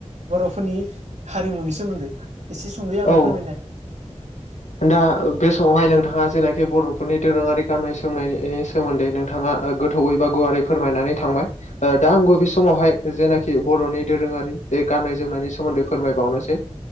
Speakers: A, on the right; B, on the left.
A: बर'फोरनि हारिमुनि सोमोन्दै एसे सुंद'यै आंनो
B: औ
A: फोरमायनाय
B: दा बे समावहाय नोंथाङा जेनाखि बर'फोरनि दोरोङारि गाननाय जोमनायनि सोमोन्दै नोंथाङा ओ गोथौयै बा गुवारै फोरमायनानै थांबाय। ओ दा आंबो बे समावहाय जेनाखि बर'नि दोरोङारि बे गाननाय जोमनायनि सोमोन्दै फोरमायबावनोसै। ओ